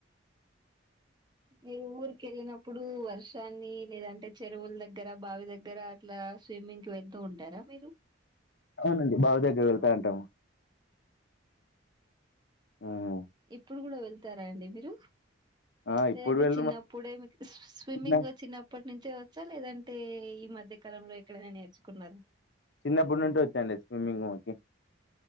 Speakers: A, on the right (about 20°); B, on the left (about 60°).
A: మీరు ఊరిక వెళ్ళినప్పుడు వర్షాన్ని లేదంటే చెరువుల దగ్గర బావి దగ్గర అట్లా స్విమ్మింగ్ కి వెళ్తూ ఉంటారా మీరు
B: అవునండి బావ దగ్గర వెళ్తా అంటము ఉమ్.
A: ఇప్పుడు కూడ వెళ్ తరా అండి మీరు
B: ఆ ఇప్పుడు
A: లేదంటే
B: వెళ్ళ
A: చిన్నప్పుడే మిక్ స్ స్విమ్మింగ్
B: చిన్న
A: చిన్నప్పట్ నుంచే నచ్చలేదంటే, ఈ మధ్యకాలంలో ఎక్కడైనా నేర్చుకున్నారా?
B: చిన్నప్పుడు నుంటి వచ్చండి. స్విమ్మింగ్ మకి